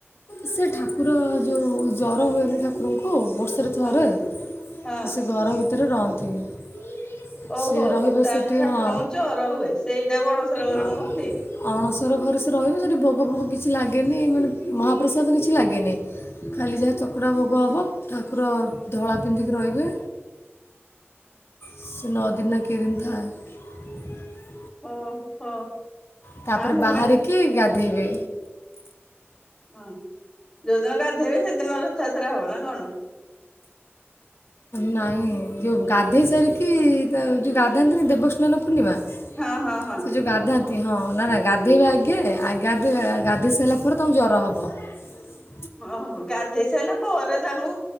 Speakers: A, on the left; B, on the left.
A: ସେ ଠାକୁର ଯୋଉ ଜର ହୁଏନି ଠାକୁର ଆଙ୍କୁ ବର୍ଷରେ ଥରେ
B: ହଁ ହଁ
A: ସେ ଘର ଭିତରେ ରହନ୍ତିନି
B: ଓହୋ
A: ସେ ରହିବ
B: ତାଙ୍କ
A: ସେଠି
B: ଠାକୁରଙ୍କୁ
A: ହଁ
B: ଜର ହୁଏ ସେଇଟାକୁ ଅଣସର ଗରମ
A: ହଁ।
B: କହନ୍ତି।
A: ଅଣସର ଘରେ ସେ ରହିବ ସେଠି ଭୋଗ ଭୋଗ କିଛି ଲାଗେନି ମାନେ ମହାପ୍ରସାଦ କିଛି ଲାଗେନେଇଁ। ଖାଲି ଯାହା ଚକୁଡ଼ା ଭୋଗ ହବ ଠାକୁର ଧଳା ପିନ୍ଧିକି ରହିବେ। ସେ ନଅ ଦିନ ନ କେ ଦିନ ଥାଏ। <inaudible>
B: ହଁ ହଁ।
A: ତାପରେ
B: ମୁଁ
A: ବାହାରିକି
B: କାଇଁ
A: ଗାଧେଇବେ।
B: ହଁ ଯୋଉଦିନ ଗାଧେଇବେ ସେଦିନ ରଥଯାତ୍ରା ହବ ନା କଣ?
A: ନାଇଁ ଯୋଉ ଗାଧେଇ ସାରିକି ତା ଯୋଉ ଗାଧାଆନ୍ତିନି ଦେବସ୍ନାନ ପୂର୍ଣ୍ଣିମା।
B: ହଁ ହଁ ହଁ।
A: ଏ ଯୋଉ ଗାଧାନ୍ତି ହଁ ନା ନା ଗାଧେଇବେ ଆଗେ ଆଗେ ଗାଧେଇବେ ଗାଧେଇ ସାରିଲା ପରେ ତାଙ୍କୁ ଜ୍ୱର ହେବ। <inaudible>
B: ଓହୋ ଗାଧେଇ ସାରିଲା ପରେ ତାଙ୍କୁ